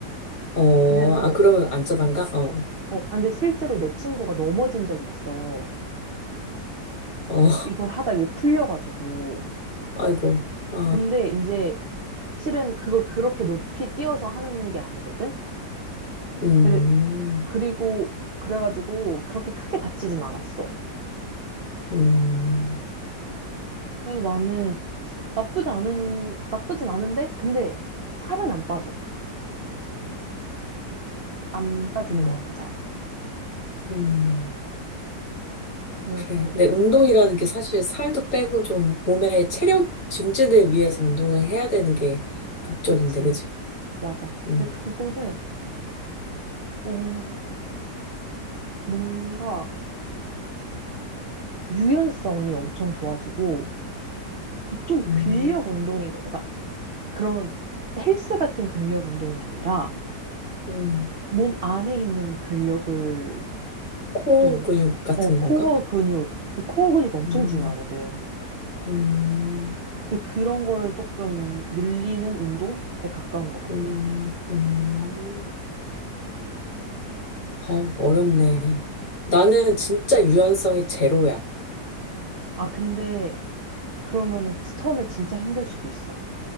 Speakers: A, on the left (about 50°); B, on the right (about 50°).
A: 어, 어,
B: 그래서,
A: 아, 그러면 안전한가? 어,
B: 어, 아, 근데 실제로 내 친구가 넘어진 적이 있어.
A: 어,
B: 이걸 하다 이게 풀려가지고.
A: 아이고, 아,
B: 근데 이제 실은 그걸 그렇게 높이 뛰어서 하는 게 아니거든?
A: 음,
B: 그래, 그리고, 그래가지고 그렇게 크게 다치진 않았어.
A: 음,
B: 그래서 나는 나쁘지 않은, 나쁘진 않은데, 근데 살은 안 빠져. 안 빠지는
A: 음,
B: 것 같아, 잘.
A: 음,
B: 그래서,
A: 그래. 근데 운동이라는 게 사실 살도 빼고 좀 몸의 체력 증진을 위해서 운동을 해야 되는 게 목적인데,
B: 그치,
A: 그치?
B: 맞아.
A: 음,
B: 근데 그거는, 어, 뭔가 유연성이 엄청 좋아지고, 좀
A: 음,
B: 근력 운동인 거, 그러니까 그런 헬스 같은 근력 운동이 아니라,
A: 음,
B: 몸 안에 있는 근력을
A: 코어
B: 좀,
A: 근육 같은
B: 어, 코어
A: 건가?
B: 근육, 코어 근육이 엄청
A: 음,
B: 중요하거든.
A: 음,
B: 그- 그런 거를 조금 늘리는 운동에 가까운 것 같아.
A: 음, 음. 어, 어렵네. 나는 진짜 유연성이 제로야.
B: 아, 근데 그러면은 지- 처음에 진짜 힘들 수도 있어.